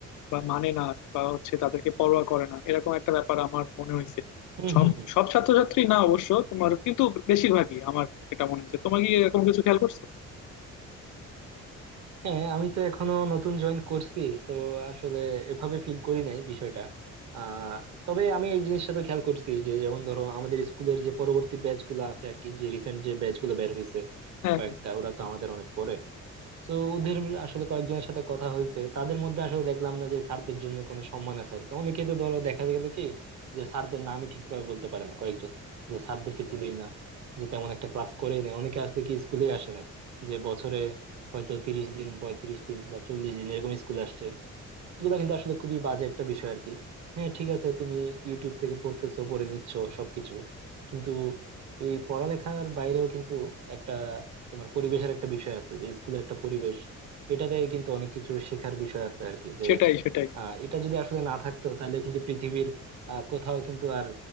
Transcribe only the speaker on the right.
হুম হুম হুম
হ্যাঁ আমি তো এখনো নতুন জয়েন করছি তো আসলে এভাবে ফিল করি নাই বিষয়টা আহ তবে আমি এই জিনিসটা তো খেয়াল করছি যে যেমন ধরো আমাদের স্কুলের যে পরবর্তী ব্যাচ গুলো আছে আর কি যে রিসেন্ট যে ব্যাচ গুলো বের হয়েছে
কয়েকটা
ওরা তো আমাদের অনেক পরে তো ওদের আসলে কয়েকজনের সাথে কথা হয়েছে তাদের মধ্যে আসলে দেখলাম না যে স্যারদের জন্য কোনো সম্মান আছে আর কি অনেকে তো ধরো দেখা গেল কি যে স্যারদের নামই ঠিকভাবে বলতে পারে না কয়েকজন যে স্যারদেরকে চিনি না যে তেমন একটা ক্লাস করেই নেই অনেকে আসলে কি স্কুলে আসে নাই যে বছরে হয়তো তিরিশ দিন পঁয়ত্রিশ দিন বা চল্লিশ দিন এরকম স্কুলে আসছে এগুলো কিন্তু আসলে খুবই বাজে একটা বিষয় আর কি হ্যাঁ ঠিক আছে তুমি ইউটিউব থেকে পড়তেছো পড়ে নিচ্ছ সবকিছু কিন্তু এই পড়ালেখার বাইরেও কিন্তু একটা তোমার পরিবেশের একটা বিষয় আছে যে স্কুলের একটা পরিবেশ এটাতে কিন্তু অনেক কিছু শেখার বিষয় আছে আর কি যে
আহ এটা যদি আসলে না থাকতো তাহলে কিন্তু পৃথিবীর আহ, কোথাও কিন্তু আর